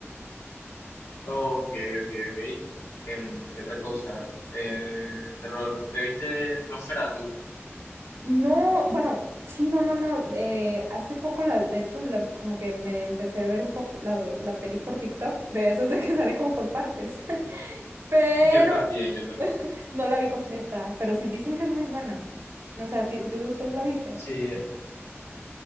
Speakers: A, on the left (about 75°); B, on the right (about 70°).
A: Ok, ok, ok. Em, ¿qué otra cosa? Eh, terror. ¿Te viste Nosferatu?
B: No, bueno, sí, no, no, no. eh, hace poco, la, de hecho, la- como que medio empecé a ver un poco la, la peli por TikTok, de esos de que <laughs> sale como por partes, <laughs> pero
A: <laughs> Yo también, yo también.
B: no la vi completa, pero sí dicen que es muy buena. O sea, ti- ¿tú, tú la viste?
A: Sí,